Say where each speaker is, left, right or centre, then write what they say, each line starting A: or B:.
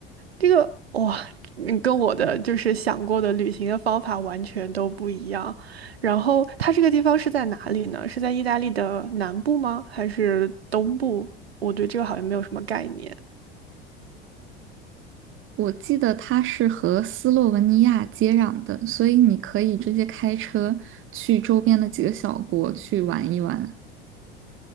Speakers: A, on the right (about 80°); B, on the right (about 40°).
A: 这个哇，你跟我的就是想过的旅行的方法完全都不一样。然后它这个地方是在哪里呢？是在意大利的南部吗？还是东部？我对这个好像没有什么概念。
B: 我记得它是和斯洛文尼亚接壤的，所以你可以直接开车去周边的几个小国去玩一玩。